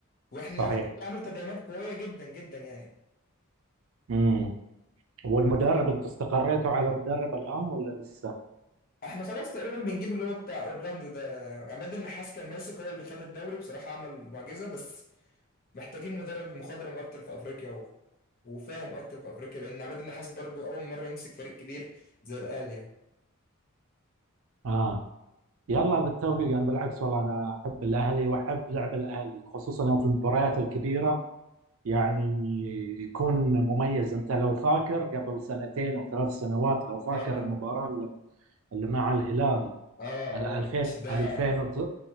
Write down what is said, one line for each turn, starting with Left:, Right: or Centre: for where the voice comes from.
Left: واحنا
Right: صحيح
Left: والنادي عامل تدعيمات قويه جدا جدا يعني
Right: امم والمدرب انت استقريتوا على مدرب الان ولا لسه
Left: احنا خلاص تقريبا بنجيب اللي هو بتاع اورلاندو ده عماد النحاس كان ماسك هو اللي خد الدوري بصراحة عمل معجزة بس محتاجين مدرب مخضرم اكتر في افريقيا و... وفاهم اكتر في افريقيا لان عماد النحاس برضو اول مرة يمسك فريق كبير زي الاهلي يعني
Right: اه يلا بالتوفيق انا بالعكس والله انا احب الاهلي واحب لعب الاهلي خصوصا يوم في المباريات الكبيره يعني يكون مميز انت لو فاكر قبل سنتين او ثلاث سنوات لو فاكر
Left: اه
Right: المباراه اللي اللي مع الهلال
Left: اه
Right: على
Left: اه
Right: 2000
Left: الماتش ده
Right: 2000